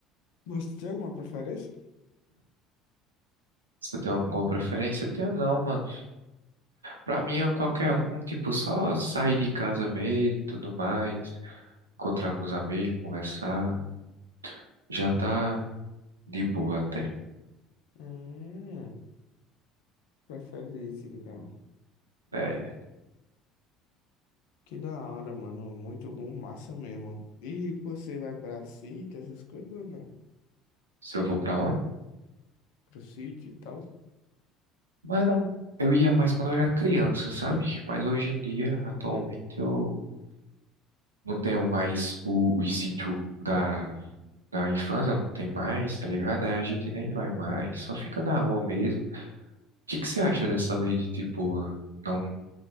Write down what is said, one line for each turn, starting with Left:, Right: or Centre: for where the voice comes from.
Left: Você tem alguma preferência?
Right: Você tem alguma preferência? Eu tenho não, mano. Pra mim é qualquer um, tipo, só sair de casa mesmo e tudo mais. Encontrar com os amigos, conversar. Já tá de boa até.
Left: Hum, prefere isso então.
Right: É,
Left: Que da hora, mano. Muito bom, massa mesmo. E você vai pra sítio, essas coisas ou não?
Right: se eu vou pra onde?
Left: Pro sítio e tal.
Right: Mano, eu ia mais quando eu era criança, sabe? Mas hoje em dia, atualmente, eu não tenho mais o, o sítio da, da infância, não tem mais, tá ligado? Aí a gente nem vai mais, só fica na rua mesmo. O que que você acha dessa lei de, tipo, não